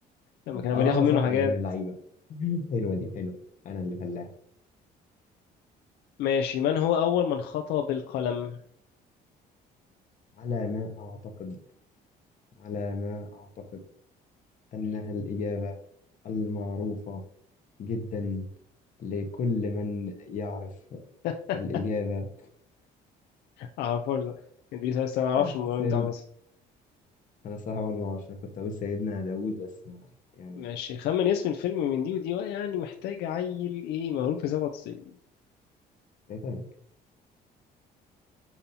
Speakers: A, on the left (about 75°); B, on the left (about 50°).
A: لما كان عمال
B: اه
A: ياخد منه
B: صح
A: حاجات
B: يا ابن اللعيبه <laughs> حلوه دي حلوه انا اللي فلاح
A: ماشي من هو أول من خطأ بالقلم
B: على ما اعتقد على ما اعتقد انها الاجابه المعروفه جدا لكل من يعرف
A: <laughs>
B: الاجابه
A: معرفوش ده ادريس لسه ما اعرفش
B: <laughs>
A: الموضوع اللي انت عامله
B: انا صراحه برضه عشان كنت اقول سيدنا داوود بس ما- يعني
A: ماشي خمن اسم الفيلم من دي ودي بقى، يعني محتاج عيل ايه مولود في 97
B: تايتانيك